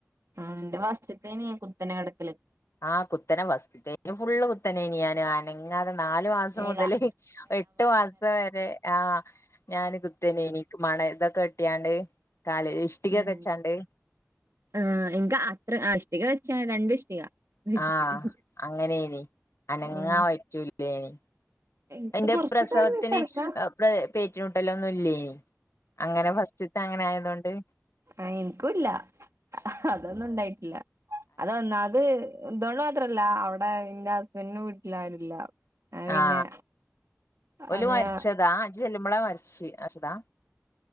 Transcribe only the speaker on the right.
ആ എന്റെ ഫസ്റ്റ്ത്തേനി കുത്തനെ കെ
ഏഴാം
ഉം
ആ എൻക്ക് അത്ര ഇഷ്ടിക വെച്ചാണ് രണ്ട് ഇഷ്ടിക വെച്ചിട്ട്
ഉം
എനിക്ക്
കൊറച്ച്
കാലം വെച്ചടക്കാ
ആ എനിക്കുല്ല അതൊന്നും ഉണ്ടായിട്ടില്ല അത് ഒന്നാമത് എന്തോണ്ട് മാത്രല്ല അവടെ ഇന്റെ ഹസ്ബന്റിന്റെ വീട്ടിലാരുല്ല അത് പിന്നെ
അങ്ങനെ